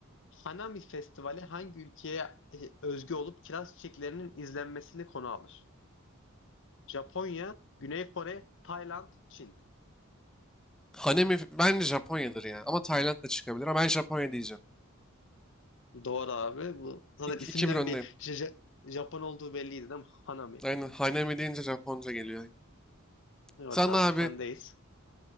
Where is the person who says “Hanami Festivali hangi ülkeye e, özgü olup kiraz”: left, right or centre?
Left